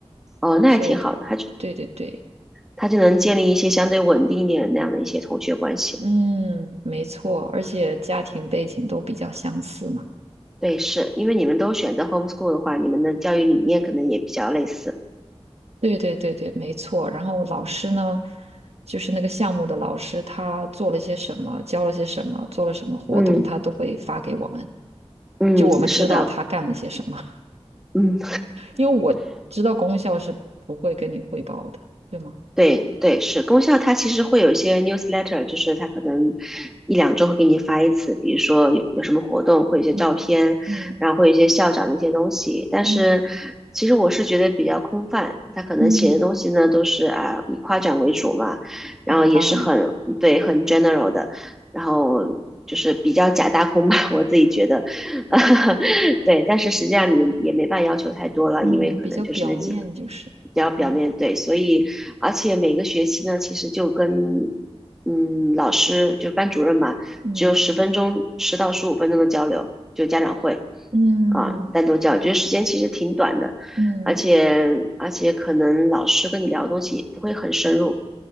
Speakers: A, in the centre; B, on the right.
A: 哦，那还挺好的，
B: 所以，
A: 他就
B: 对对对，
A: 他就能建立一些相对稳定一点的那样的一些同学关系，
B: 嗯，没错，而且家庭背景都比较相似嘛，
A: 对，是因为你们都选择 homeschool 的话，你们的教育理念可能也比较类似，
B: 对对对对，没错。然后老师呢，就是那个项目的老师，他做了些什么，教了些什么，做了什么活动，
A: 嗯
B: 他都会发给我们，
A: 嗯，
B: 就我们知道他干了些什么。
A: 是的，嗯。
B: 因为我知道功效是不会跟你汇报的，对吗？
A: 对对，是功效，它其实会有一些 newsletter，就是它可能一两周会给你发一次，比如说有有什么活动，会有一些照片，
B: 嗯嗯
A: 然后会有一些校长的一些东西。但是其实我是觉得比较空泛，
B: 嗯
A: 他可能写的东西呢都是啊以夸奖为主嘛，
B: 嗯啊，
A: 然后也是很对很
B: 当然，
A: general 的，然后就是比较假大空吧，<laughs> 我自己觉得。<laughs> 对，但是实际上你也没办法要求太多了，
B: 嗯，
A: 因为可能就是那几个
B: 比较表面就是，
A: 比较表面对，
B: 嗯，
A: 所以而且每个学期呢，其实就跟嗯老师就班主任嘛，
B: 嗯
A: 只有十分钟，十到十五分钟的交流，就家长会
B: 嗯
A: 啊，单独交流觉得时间其实挺短的，
B: 嗯
A: 而且而且可能老师跟你聊的东西也不会很深入，